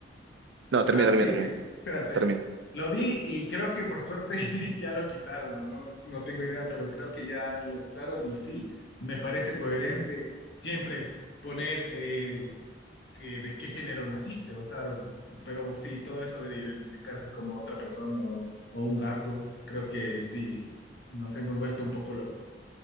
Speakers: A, on the right; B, on the left.
A: no,
B: Ah,
A: termina, termina,
B: sí,
A: termina,
B: espérate.
A: termina.
B: Lo vi y creo que por suerte <laughs> ya lo quitaron, o no, no tengo idea, pero creo que ya lo quitaron y sí, me parece coherente siempre poner eh, que- de qué género naciste, o sea, pero sí, todo eso de identificarse como otra persona o, o un gato, creo que sí, nos hemos vuelto un poco locos.